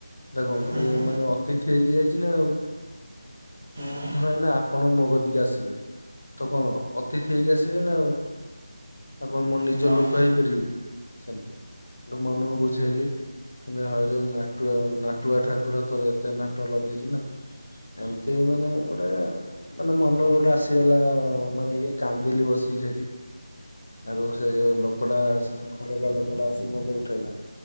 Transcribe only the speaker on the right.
ହୁଁ ହୁଁ
ହୁଁ
ହଁ
ହଁ